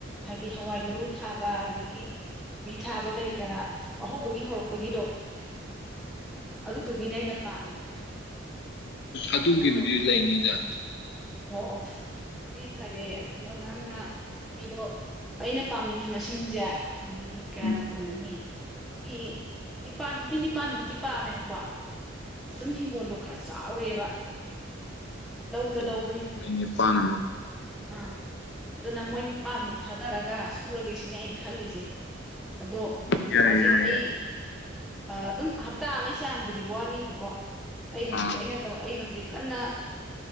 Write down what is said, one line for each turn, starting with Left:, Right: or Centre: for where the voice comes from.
Centre: ꯍꯥꯏꯗꯤ ꯍꯋꯥꯏ ꯃꯔꯨ ꯊꯥꯕ ꯑꯗꯒꯤ ꯀꯣꯕꯤ ꯊꯥꯕ ꯀꯔꯤ ꯀꯔꯥ ꯑꯍꯧꯕꯒꯤ ꯍꯧꯔꯛꯄꯒꯤꯗꯣ ꯑꯗꯨꯗꯨꯒꯤꯅꯦ ꯑꯩꯅ ꯄꯥꯝꯃꯤꯁꯤꯅ
Left: ꯑꯗꯨꯒꯤꯕꯨꯗꯤ
Centre: ꯑꯗꯣ
Left: ꯂꯩꯅꯤꯗ
Centre: ꯑꯣ ꯑꯣ ꯗꯤ ꯐꯔꯦ ꯑꯗꯨꯅ ꯅꯪꯅ ꯃꯤꯗꯣ ꯑꯩꯅ ꯄꯥꯝꯃꯤꯃꯤ ꯃꯁꯤꯡꯁꯦ ꯪ ꯃꯤ ꯀꯌꯥꯅ
Left: ꯎꯝ
Centre: ꯀꯣꯟꯅꯅꯤ ꯃꯤ ꯅꯤꯄꯥꯟ ꯃꯤ ꯅꯤꯄꯥꯟꯃꯨꯛꯇꯤ ꯄꯥꯝꯃꯦꯕꯀꯣ ꯑꯗꯨꯝ ꯍꯤꯡꯒꯣꯜꯗꯣ ꯈꯔ ꯆꯥꯎꯔꯦꯕ ꯂꯧ
Left: ꯑꯣ ꯃꯤ ꯅꯤꯄꯥꯜ
Centre: ꯑꯥ ꯑꯗꯨꯅ ꯃꯣꯏ ꯅꯤꯄꯥꯥꯟꯃꯨꯛ ꯊꯥꯗꯔꯒ ꯁꯨꯔꯒꯦ ꯁꯤꯅꯦ ꯑꯩꯅ ꯈꯜꯂꯤꯁꯦ ꯑꯗꯣ
Left: ꯌꯥꯏ
Centre: ꯍꯧꯖꯤꯛ
Left: ꯌꯥꯏ
Centre: ꯑꯩ
Left: ꯌꯥꯏ
Centre: ꯑꯗꯨꯝ ꯍꯞꯇꯥ ꯑꯃꯒꯤ ꯆꯥꯡꯕꯨꯗꯤ ꯋꯥꯠꯂꯤꯕꯀꯣ ꯑꯩ ꯍꯧꯖꯤꯛ
Left: ꯎꯝ
Centre: ꯑꯩꯅ ꯇꯧ ꯑꯩ ꯍꯧꯖꯤꯛ ꯀꯟꯅ